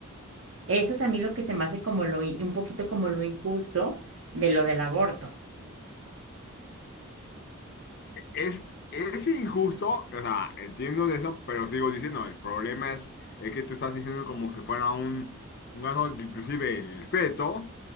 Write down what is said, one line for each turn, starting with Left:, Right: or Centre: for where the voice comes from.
Right: Eso es a mí lo que se me hace como lo, in- un poquito como lo injusto de lo del aborto.
Left: Es, es injusto, o sea, entiendo de eso, pero sigo diciendo, el problema es, es que tú estás diciendo como que fuera un, un caso que inclusive el feto